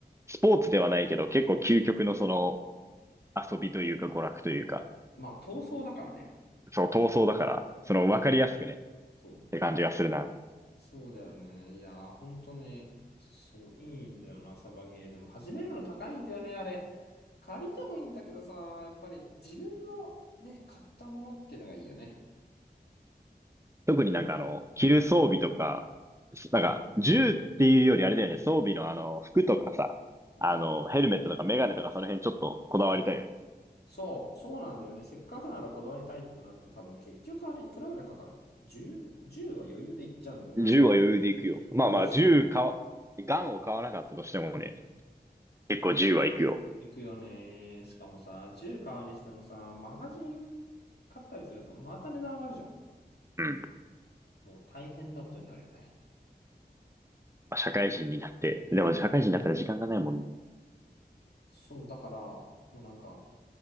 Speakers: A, on the right (about 15°); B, on the left (about 70°).
A: スポーツではないけど、結構究極のその、遊びというか娯楽というか、
B: まあ、闘争だからね。
A: そう闘争だから、その分かりやすくね、
B: うん。そう。
A: って感じがするな。
B: そうだよね。いやー、ほんとね、そう、いいんだよな、サバゲー。でも、始めるの高いんだよね、あれ。借りてもいいんだけどさ、やっぱり自分のね、買ったものっていうのがいいよね。
A: 特になんかあの、着る装備とか、すなんか、銃っていうよりあれだよね、装備のあの、服とかさ、
B: うん。
A: あの、ヘルメットとかメガネとかその辺ちょっとこだわりたいよね。
B: そう、そうなんだよね。せっかくならこだわりたいってなると多分結局あれいくらぐらいかかる ?10、じゅうは余裕でいっちゃうんだよね、
A: 銃は余裕でいくよ。
B: あれ。
A: まあまあ、
B: 20、
A: 銃買わ、ガンを買わなかったとしてもね、結構10はいくよ。
B: そう、いくよね。しかもさ、10買うにしてもさ、マガジン買ったりするとまた値段上がるじゃん。
A: うん。
B: もう大変なことになるよね。
A: まあ、社会人になって。でも社会人になったら時間がないもんね。
B: そう、だから、もうなんか、